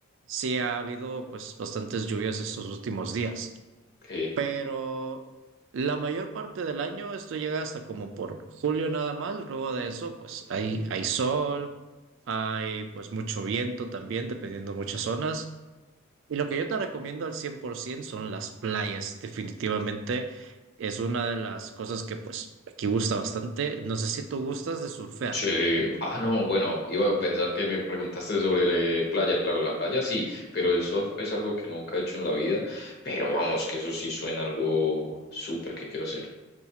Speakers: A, on the right; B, on the left.
A: sí ha habido pues bastantes lluvias estos últimos días
B: Ok,
A: pero la mayor parte del año esto llega hasta como por julio nada más, luego de eso pues hay, hay sol, hay pues mucho viento también, dependiendo muchas zonas. Y lo que yo te recomiendo al 100% son las playas, definitivamente es una de las cosas que pues aquí gusta bastante. No sé si tú gustas de surfear.
B: Sí. Ah, no, bueno, iba a pensar que me preguntaste sobre la playa. Claro, la playa sí, pero el surf es algo que nunca he hecho en la vida. Pero vamos, que eso sí suena algo súper que quiero hacer.